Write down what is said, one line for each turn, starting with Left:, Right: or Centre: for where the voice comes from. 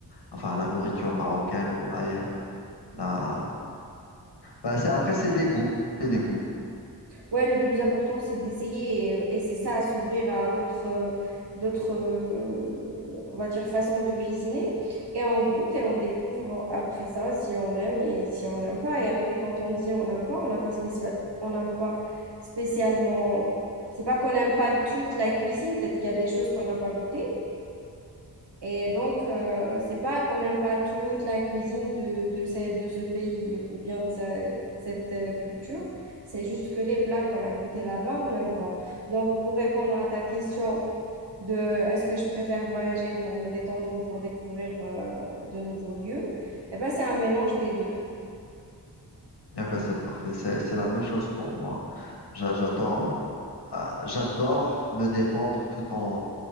Left: enfin, à la nourriture marocaine ou ailleurs. Là, bah, c'est, après, c'est des goûts. C'est des goûts.
Right: ouais, le plus important, c'est d'essayer et, euh, et c'est ça, à s'ouvrir à d'autres, euh, d'autres, euh, on va dire, façons de cuisiner. Et on goûte et on découvre après ça si on aime et si on n'aime pas. Et après, quand on dit on n'aime pas, on n'a pas spécial, on n'a pas spécialement. C'est pas qu'on n'aime pas toute la cuisine, peut-être qu'il y a des choses qu'on n'a pas goûtées, et donc, euh, c'est pas qu'on n'aime pas toute la cuisine de, de, ce, de ce pays ou bien de ce- cette euh, culture. C'est juste que les plats qu'on a goûtés là-bas, on n'aime pas. Donc, pour répondre à ta question de est-ce que je préfère voyager pour me détendre ou pour découvrir euh, de nouveaux lieux, eh ben, c'est un mélange des deux.
Left: Et ben, c'est parfait. C'est, c'est la même chose pour moi. J'a- J'adore, euh, j'adore me détendre tout en,